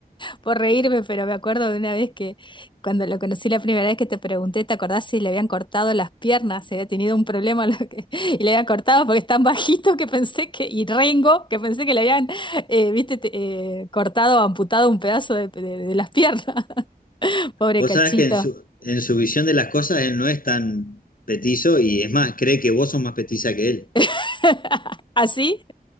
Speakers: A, on the left (about 30°); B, on the left (about 60°).
A: por reírme, pero me acuerdo de una vez que cuando lo conocí la primera vez que te pregunté, ¿te acordás si le habían cortado las piernas? Se había tenido un problema <laughs> lo que, y le habían cortado porque es tan bajito que pensé que, y rengo, que pensé que le habían, eh, viste, te- eh, cortado o amputado un pedazo de, de- de las piernas. <laughs> Pobre
B: Vos
A: cachito.
B: sabés que en su, en su visión de las cosas él no es tan petizo y es más, cree que vos sos más petiza que él.
A: <laughs> ¿Así?